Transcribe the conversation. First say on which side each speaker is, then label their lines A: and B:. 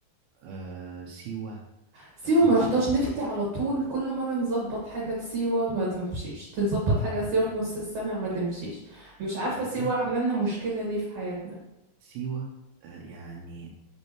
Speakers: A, on the right; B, on the right.
A: آه سيوة
B: سيوه
A: آه مرسى
B: ما رحتهاش
A: مطروح
B: نفسي على طول كل مره نظبط حاجه لسيوه ما تمشيش تنظبط حاجه لسيوه في نص السنه ما تمشيش مش عارفه
A: بجد
B: سيوه عامله لنا مشكله ليه في حياتنا
A: سيوة آه، يعني